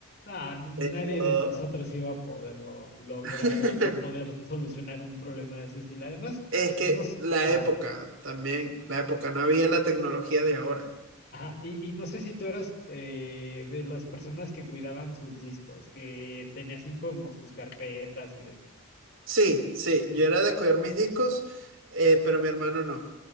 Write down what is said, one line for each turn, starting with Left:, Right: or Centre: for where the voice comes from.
Left: Nah,
Right: Yo-
Left: nadie de nosotros iba a poderlo lograr
Right: <laughs>
Left: o iba a poder solucionar un problema de ese estilo. Además,
Right: Es que
Left: no, s-
Right: la
Left: ajá,
Right: época también, la época, no había la tecnología de ahora.
Left: ajá. Y, y no sé si tú eras eh, de las personas que cuidaban sus discos, que tenías así como sus carpetas y demás.
Right: Sí, sí, yo era de cuidar mis discos, eh, pero mi hermano no.